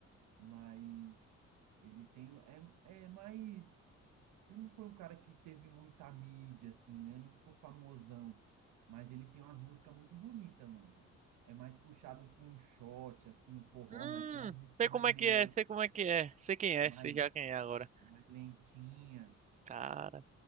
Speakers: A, on the right (about 85°); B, on the right (about 25°).
A: Mas ele tem. É, é mais. Ele não foi um cara que teve muita mídia, assim, né? Ele não ficou famosão. Mas ele tem umas músicas muito bonitas, mano. É mais puxado pra um shot, assim, um forró,
B: Hum,
A: mas tem umas músicas
B: sei
A: mais
B: como é
A: melódicas,
B: que é, sei como é que é. Sei quem é,
A: mais,
B: sei já quem é agora.
A: mais lentinha.
B: Cara,